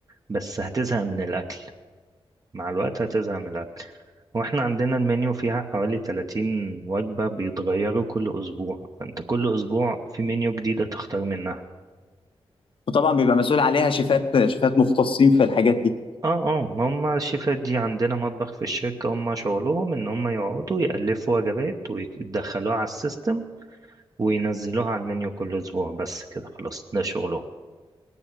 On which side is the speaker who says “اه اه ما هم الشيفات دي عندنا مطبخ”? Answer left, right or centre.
Right